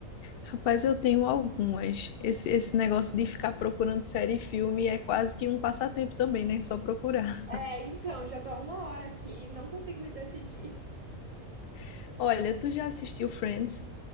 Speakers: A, on the left (about 70°); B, on the right (about 65°).
A: Rapaz, eu tenho algumas. Esse, esse negócio de ficar procurando série e filme é quase que um passatempo também, né? Só procurar.
B: É, então, já tô há uma hora aqui, não consigo me decidir.
A: <laughs> Olha, tu já assistiu Friends,